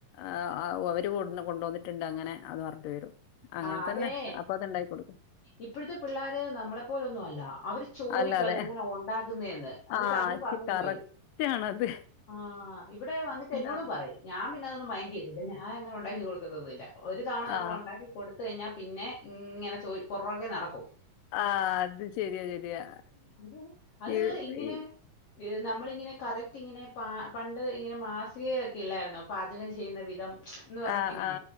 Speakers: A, on the left (about 80°); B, on the left (about 55°).
A: ആ ഒ അവര് കൊണ്ട് വന്നിട്ടുണ്ട് അങ്ങനെ അത് പറഞ്ഞിട്ട് വരും അങ്ങനെ
B: ആ അതെ
A: തന്നെ അപ്പൊ അത്ണ്ടാക്കി കൊടുക്കും
B: ഇപ്പഴത്തെ പിള്ളോര് നമ്മളെപ്പോലൊന്നും അല്ല അവര് ചോദിക്കും
A: അല്ലാതെ
B: അതെങ്ങനെ ഉണ്ടാക്കുന്നെ എന്ന് എന്നിട്ട്
A: ആ
B: അതും പറഞ്ഞോണ്ട്
A: കറക്റ്റ്
B: വരും
A: ആണത്
B: ആ ഇവിടെ വന്നിട്ട് എന്നോടും
A: ആ
B: പറയും ഞാൻ പിന്നെതന്നും മൈൻഡ് ചെയ്തില്ല ഞാൻങ്ങനെ ഉണ്ടാക്കി കൊടുക്കതോന്നില്ല ഒരു തവണ നമ്മൾ
A: ആ
B: ഉണ്ടാക്കി കൊടുത്ത് കഴിഞ്ഞാൽ പിന്നെ ഇങ്ങനെ ചോയ് പുറൊക്കെ നടക്കും
A: ആഹ അത് ശരിയാ ശരിയാ
B: അത് അത്
A: ഈ
B: ഇങ്ങനെ
A: ഈ
B: - നമ്മളിങ്ങനെ കറക്റ്റ് ഇങ്ങനെ പ പണ്ട് ഇങ്ങനെ മാസികയിലൊക്കെ ഇല്ലായിരുന്നോ പാചകം ചെയ്യുന്ന വിധം എന്ന് പറഞ്ഞിട്ട്
A: ആ
B: ഇങ്ങനെ
A: ആ